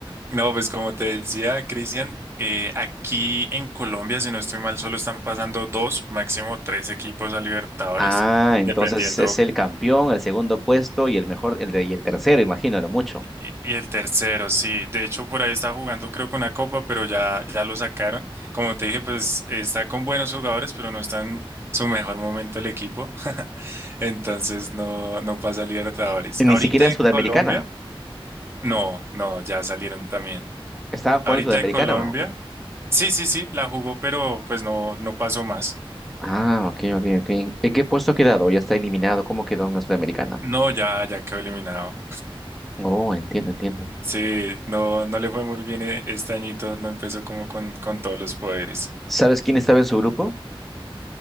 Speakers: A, on the right (about 25°); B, in the centre.
A: No, pues como te decía, Cristian, eh, aquí en Colombia, si no estoy mal, solo están pasando dos, máximo tres equipos a Libertadores,
B: Ah, entonces
A: dependiendo
B: es el campeón, el segundo puesto y el mejor, el de- y el tercero, imagino, lo mucho.
A: Y, y el tercero, sí. De hecho, por ahí está jugando, creo que una copa, pero ya, ya lo sacaron. Como te dije, pues está con buenos jugadores, pero no está en su mejor momento el equipo. <laughs> Entonces no, no pasa a Libertadores.
B: Ni
A: Ahorita
B: siquiera
A: de
B: es Sudamericana.
A: Colombia, no, no, ya salieron también.
B: ¿Estaban jugando
A: Ahorita
B: Sudamericana
A: de Colombia,
B: o no?
A: sí, sí, sí, la jugó, pero pues no, no pasó más.
B: Ah, ok, ok, ok. ¿En qué puesto ha quedado? ¿Ya está eliminado? ¿Cómo quedó en la Sudamericana?
A: No, ya, ya quedó eliminado.
B: Oh, entiendo, entiendo.
A: Sí, no, no le fue muy bien eh, este añito, no empezó como con, con todos los poderes.
B: ¿Sabes quién estaba en su grupo?